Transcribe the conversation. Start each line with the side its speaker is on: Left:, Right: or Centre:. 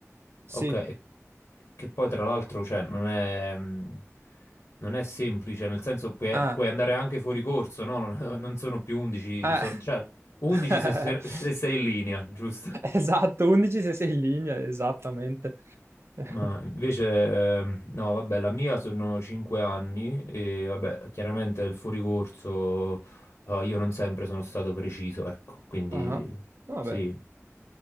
Right: sì.
Left: ok, e- che poi tra l'altro cioè, non è, mh, non è semplice, nel senso puoi,
Right: Ah,
Left: puoi andare anche fuori corso, no? Non, <laughs> non sono più 11,
Right: eh.
Left: so- cioè 11
Right: <laughs>
Left: se, se- se sei in linea, giusto?
Right: Esatto, 11 se sei in linea, esattamente. <laughs>
Left: Ma invece, ehm, no, vabbè, la mia sono 5 anni e vabbè, chiaramente il fuoricorso, eh, io non sempre sono stato preciso, ecco, quindi
Right: Ah, Vabbè.
Left: sì.